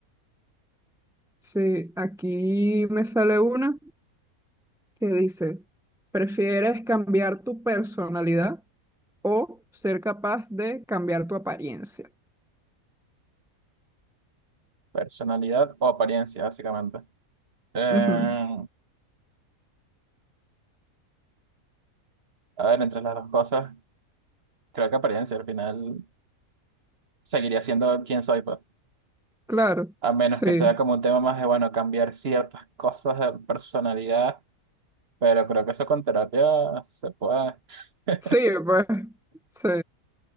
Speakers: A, in the centre; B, on the right.
A: Sí, aquí me sale una. que dice, ¿prefieres cambiar tu personalidad o ser capaz de cambiar tu apariencia?
B: Personalidad o apariencia, básicamente. Eh,
A: Ujú,
B: a ver, entre las dos cosas, creo que apariencia al final seguiría siendo quien soy, pues.
A: Claro,
B: A menos
A: sí,
B: que sea como un tema más de, bueno, cambiar ciertas cosas de personalidad, pero creo que eso con terapia se puede. <laughs>
A: sí, pues, sí,